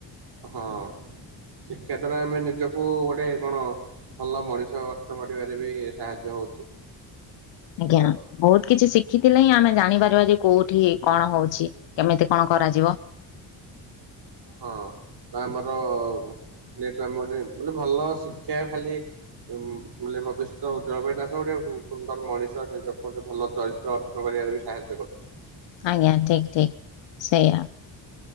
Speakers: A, on the right; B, on the left.
A: ହଁ, ଶିକ୍ଷା ଦ୍ଵାରା ଆମେ ନିଜକୁ ଗୋଟେ କଣ ଭଲ ମଣିଷ ଅର୍ତକରିବାରେ ବି ସାହାଯ୍ୟ ହଉଛି।
B: ଆଜ୍ଞା,
A: ତ
B: ବହୁତ କିଛି ଶି ଶିଖିଥିଲେ ହିଁ ଆମେ ଜାଣିପାରିବା ଯେ, କୋଉଠି କଣ ହଉଛି? କେମିତି କଣ କରାଯିବ?
A: ହଁ, ଆମର ନେଟମୋଡରେ, ମାନେ ଭଲ ଶିକ୍ଷା ଖାଲି ମୂଲ୍ୟ ଭବିଷ୍ୟତ ଜଳବାଇ ଦାସ ଗୋଟେ, ସୁନ୍ଦର ମଣିଷ ନିଜକୁ ଗୋଟେ ଭଲ ଚରିତ୍ର ଗ ନକରିବାରେ ବି ସାହାଯ୍ୟ କରୁଛି।
B: ଆଜ୍ଞା, ଠିକ ଠିକ, ସେଇଆ।